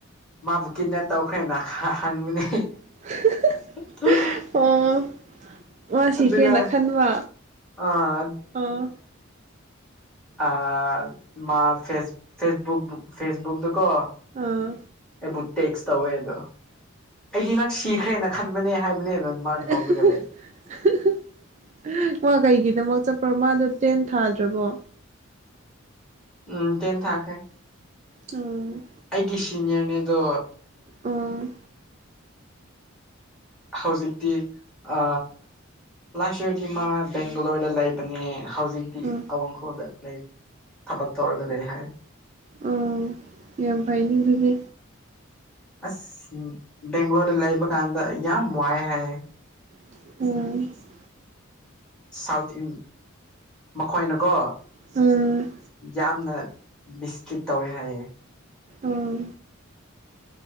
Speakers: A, in the centre; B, on the right.
A: ꯃꯥꯕꯨ ꯀꯤꯠꯅꯦꯞ ꯇꯧꯈ꯭ꯔꯦꯅ ꯍꯪꯕꯅꯦ
B: <unintelligible>
A: <unintelligible>
B: ꯑꯣ ꯃꯥꯁꯤꯒꯦꯅ
A: ꯑꯗꯨꯒ
B: ꯈꯟꯕ
A: ꯑꯥ
B: ꯑꯥ
A: ꯑ ꯃꯥ ꯐꯦ ꯐꯦꯕꯨꯛ ꯐꯦꯁꯕꯨꯛꯗꯀꯣ
B: ꯑꯥ
A: ꯕꯨ ꯇꯦꯛꯁ ꯇꯧꯋꯦ ꯑꯗꯣ ꯑꯩꯗꯤ ꯅꯪ ꯁꯤꯈ꯭ꯔꯦꯅ ꯈꯟꯕꯅꯦ ꯍꯥꯏꯕꯅꯦ ꯑꯗꯨ ꯃꯥ
B: <unintelligible>
A: ꯅꯣꯛꯔꯒ ꯂꯩ
B: ꯃꯥ ꯀꯩꯒꯤꯗꯃꯛ ꯆꯠꯄ꯭ꯔꯣ ꯃꯥꯗꯣ ꯇꯦꯟ ꯊꯥꯗ꯭ꯔꯕꯣ
A: ꯎꯝ ꯇ‌ꯦꯟ ꯊꯥꯈꯔ‌ꯦ
B: ꯑꯣ
A: ꯑꯩꯒꯤ ꯁꯤꯅꯤꯌꯔꯗꯣ
B: ꯑꯣ
A: ꯍꯧꯖꯤꯛꯇꯤ ꯑ ꯂꯥꯁ ꯏꯌꯔꯗꯤ ꯃꯥ ꯕꯦꯡꯒꯂꯣꯔꯗ ꯂꯩꯕꯅꯦ ꯍꯧꯖꯤꯛ ꯇꯤ
B: ꯑꯣ
A: ꯑꯋꯥꯡꯈꯣꯜꯗ ꯂꯩ ꯊꯕꯛ ꯇꯧꯔꯒ ꯂꯩ ꯍꯥꯏ
B: ꯎꯝ ꯌꯥꯝ ꯐꯩꯅ‌ꯦ ꯑꯗꯨꯗꯤ
A: ꯑꯁ ꯕ‌ꯦꯡꯒꯂꯣꯔꯗ ꯂꯩꯕ ꯀꯥꯟꯗ ꯌꯥꯝ ꯋꯥꯏ ꯍꯥꯏꯌꯦ
B: ꯑꯣ
A: ꯁꯥꯎꯠ ꯏꯟꯗꯤꯌꯥ ꯃꯈꯣꯏꯅꯀꯣ
B: ꯎꯝ
A: ꯌꯥꯝꯅ ꯃꯤꯁꯇ꯭ꯔꯤꯠ ꯇꯧꯋꯦ ꯍꯥꯏꯌꯦ
B: ꯑꯥ